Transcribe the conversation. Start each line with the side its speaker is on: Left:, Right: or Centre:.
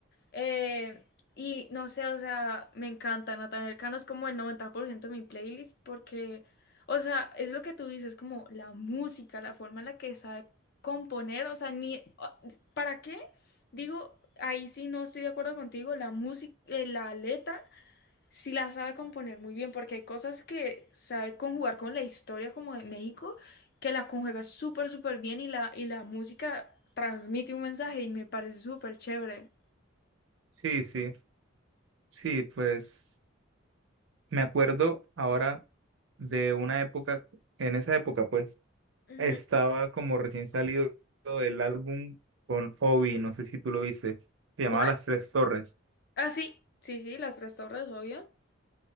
Left: eh, y no sé, o sea, me encanta, Natanael Cano es como el 90% de mi playlist porque, o sea, es lo que tú dices, como la música, la forma en la que sabe componer, o sea, ni, ¿para qué? Digo, ahí sí no estoy de acuerdo contigo, la música, eh, la letra. Sí la sabe componer muy bien, porque hay cosas que sabe conjugar con la historia como de México, que la conjuga súper, súper bien y la, y la música transmite un mensaje y me parece súper chévere.
Right: Sí, sí, sí, pues me acuerdo ahora de una época, en esa época pues
Left: Ujú.
Right: estaba como recién salido el álbum con Obi, no sé si tú lo viste, se llamaba
Left: ¿Cuál?
Right: Las Tres Torres.
Left: Ah, sí, sí, sí, Las Tres Torres, obvio.